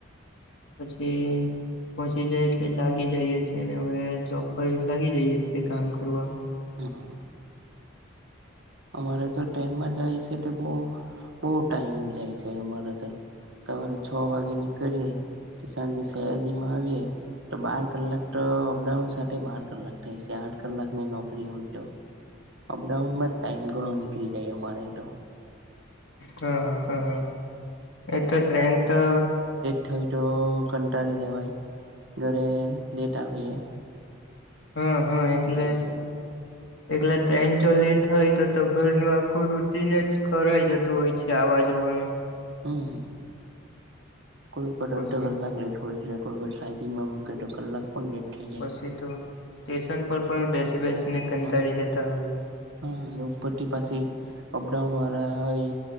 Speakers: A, on the left; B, on the right.
A: પછી પહોંચી જાય એટલે જાગી જઈએ છીએ અને હવે જોબ પર લાગી જઈએ છીએ કામ કરવા
B: હા અમારે તો ટ્રેનમાં જાય છે તો બહુ બહુ ટાઈમ જાય છે અમારે તો સવારે છ વાગે નીકળીએ સાંજે સયાજી માં આવીએ તો બાર કલાક તો અપડાઉન સાથે બાર કલાક થાય છે. આઠ કલાકની નોકરી હોય તો અપડાઉન માં જ ટાઈમ ઘણો નીકળી જાય અમારે તો
A: હા હા એટલે ટ્રેન તો
B: થય તો કંટાળી જવાય ઘરે લેટ આવે
A: હા હા એટલે
B: છે
A: એલે તો ટ્રેન જો લેટ હોય તો તો ઘરનું આખું રુટિન જ ખરાઈ જતું હોય છે આવાજવાનું
B: હા કોઈ વખત
A: પછી
B: અડધો કલાક લેટ હોય છે કોઈ વર સાઇડંગમાં મૂકે તો કલાક પણ લેટ થઈ જાય
A: પછી તો સ્ટેશન પર પણ બેસી બેસીને કંટાળી
B: હમ
A: જતા હોય.
B: હા અને ઉપર થી પાછા અપડાઉન વાળા હોય